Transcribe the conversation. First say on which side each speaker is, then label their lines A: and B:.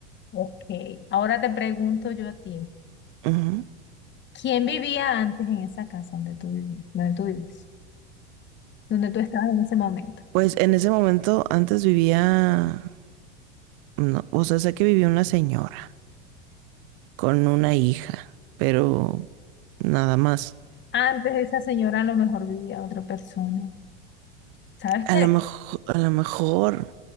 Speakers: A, on the left; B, on the right.
A: Ok. Ahora te pregunto yo a ti.
B: Ujú.
A: ¿Quién vivía antes en esa casa donde tú vivi- donde tú vives? Donde tú estabas en ese momento.
B: Pues en ese momento antes vivía, no, o sea, sé que vivía una señora con una hija, pero nada más.
A: Antes de esa señora a lo mejor vivía otra persona. ¿Sabes
B: A
A: qué?
B: lo mejor, a lo mejor,